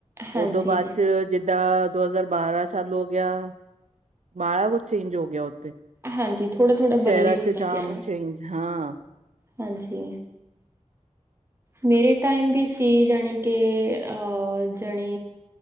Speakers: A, on the right; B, on the right.
A: ਹਾਂਜੀ
B: ਉਦੋਂ ਬਾਅਦ 'ਚ ਜਿੱਦਾਂ ਦੋ ਹਜ਼ਾਰ ਬਾਰਾਂ ਸਾਲ ਹੋ ਗਿਆ। ਬਾੜਾ ਕੁਛ ਚੇਂਜ ਹੋ ਗਿਆ ਉਥੇ
A: ਹਾਂਜੀ ਥੋੜ੍ਹਾ ਥੋੜ੍ਹਾ
B: ਸ਼ਹਿਰਾਂ
A: ਬਦਲੀ
B: 'ਚ
A: ਹੁੰਦਾ
B: ਜਾਮ
A: ਗਿਆ ਨਾ
B: ਚੇਂਜ ਹਾਂ।
A: ਹਾਂਜੀ ਮੇਰੇ ਟਾਈਮ ਵੀ ਸੀ। ਜਣੀ ਕਿ ਅਹ ਜਣੇ